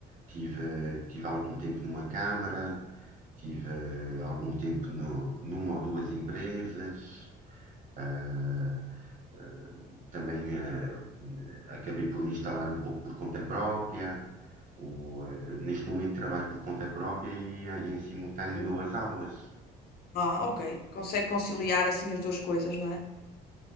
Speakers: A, on the right; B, on the left.
A: tive, tive algum tempo numa câmara, tive eh, algum tempo no- numa ou duas empresas. eh, também eh, acabei por me instalar um pouco por conta própria. O, eh, neste momento trabalho por conta própria e, eh, e em simultâneo
B: boa.
A: dou as aulas.
B: Ah, ok. Consegue conciliar assim as duas coisas, não é?